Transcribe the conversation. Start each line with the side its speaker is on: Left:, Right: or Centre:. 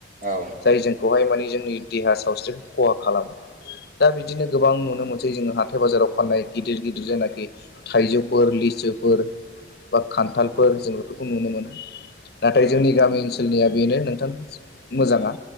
Right: औ नोंथां औ
Left: जाय जोंखौहाय माने जोंनि देहा सावस्रि खहा खालामो दा। बिदिनो गोबां नुनो मोनसै जोङो हाथाय बाजाराव फाननाय गिदिर गिदिर जेनाखि थाइजौफोर लिसुफोर बा खान्थालफोर जों बेफोरखौ नुनो मोनो। नाथाय
Right: नोंथां
Left: जोंनि गामि ओनसोलनिया बेनो नोंथां मोजाङा